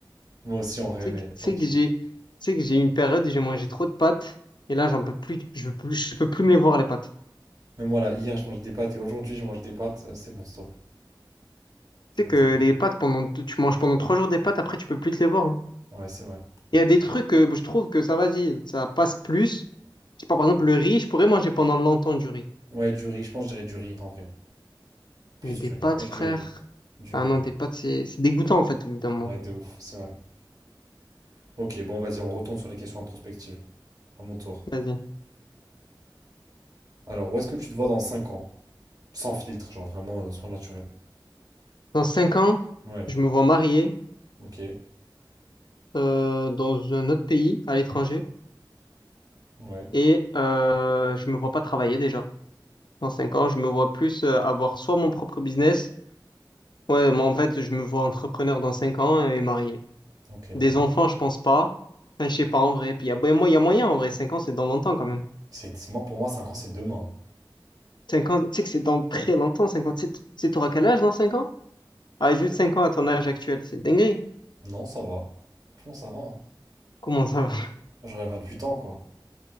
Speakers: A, on the right; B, on the left.
A: Moi aussi en vrai,
B: C'est
A: mais
B: que, c'est
A: tant pis.
B: que j'ai, c'est que j'ai eu une période où j'ai mangé trop de pâtes et là j'en peux plus, je veux plus, je peux plus me les voir les pâtes.
A: Même moi là, hier je mangeais des pâtes et aujourd'hui je mange des pâtes, euh, c'est bon stop. Très
B: Tu sais
A: bon
B: que
A: stop.
B: les pâtes pendant, tu manges pendant trois jours des pâtes, après tu peux plus te les voir. hein.
A: Ouais, c'est vrai.
B: Il y a des trucs que je trouve que ça vas-y, ça passe plus. Je sais pas, par exemple le riz, je pourrais manger pendant longtemps du riz,
A: Ouais, du riz, je pense que je dirais du riz en vrai. Plus
B: mais des
A: du
B: pâtes,
A: riz, ouais,
B: frère.
A: du riz. Du
B: Ah
A: riz,
B: non,
A: du
B: des
A: riz.
B: pâtes, c'est c'est dégoûtant en fait, évidemment.
A: Ouais, de ouf, c'est vrai. Ok, bon vas-y, on retourne sur les questions introspectives. À mon tour.
B: Vas-y.
A: Alors, où est-ce que tu te vois dans 5 ans? Sans filtre, genre vraiment euh, soin naturel.
B: Dans cinq ans,
A: Ouais,
B: je me vois marié
A: ok.
B: euh, dans un autre pays, à l'étranger,
A: Ouais,
B: et euh, je me vois pas travailler déjà. Dans cinq ans, je me vois plus euh, avoir soit mon propre business, ouais, moi en fait, je me vois entrepreneur dans cinq ans et marié.
A: ok,
B: Des
A: pardon.
B: enfants, je pense pas. Enfin, je sais pas en vrai. Puis il y a, ben, moi, il y a moyen en vrai. Cinq ans, c'est dans longtemps quand même.
A: C'est, moi, pour moi, 5 ans c'est demain.
B: Cinq ans, tu sais que c'est dans très longtemps. Cinq ans, tu sais, tu sais, t'auras quel âge dans cinq ans? Ah, juste cinq ans à ton âge actuel, c'est dinguerie.
A: hein. Non, ça va. Franchement, ça va, hein.
B: Comment ça va?
A: Moi, J'aurais 28 ans, quoi.